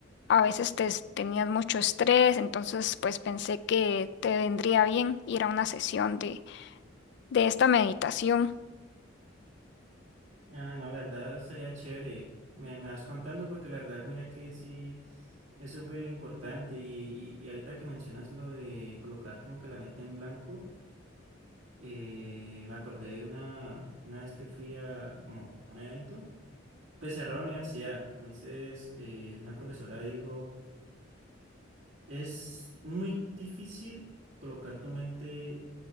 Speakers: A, on the left; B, on the right.
A: a veces te s- tenías mucho estrés, entonces pues pensé que te vendría bien ir a una sesión de, de esta meditación.
B: Ah, no, la verdad sería chévere. Me, me vas contando porque la verdad, mira que sí es súper importante. Y, y, y ahorita que mencionas lo de colocar como que la meta en blanco, eh, me acordé de una, una vez que fui a como a un evento, pues cerró la universidad. Entonces, eh, una profesora dijo. Es muy difícil colocar tu mente